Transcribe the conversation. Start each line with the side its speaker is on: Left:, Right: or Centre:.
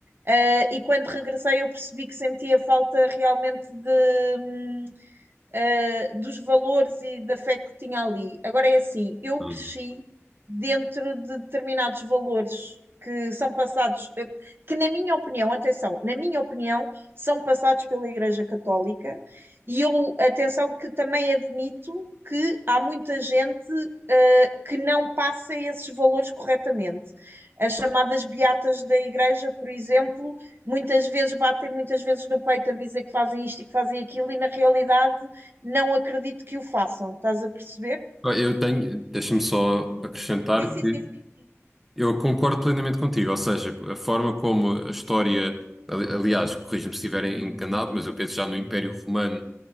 Right: Uh, e quando regressei eu percebi que sentia falta realmente de, hum, uh, dos valores e da fé que tinha ali. Agora é assim, eu
Centre: Hum.
Right: cresci dentro de determinados valores que são passados, eh, que na minha opinião, atenção, na minha opinião, são passados pela Igreja Católica, e eu, atenção, que também admito que há muita gente uh, que não passa esses valores corretamente. As chamadas beatas da Igreja, por exemplo, muitas vezes batem muitas vezes no peito a dizer que fazem isto e que fazem aquilo, e na realidade não acredito que o façam, estás a perceber?
Centre: Eu tenho, deixa-me só
Right: Sim.
Centre: acrescentar
Right: Sim,
Centre: que
Right: sim, sim, sim. <laughs>
Centre: Eu concordo plenamente contigo, ou seja, a forma como a história, ali- aliás, corrija-me se estiver enganado, mas eu penso já no Império Romano,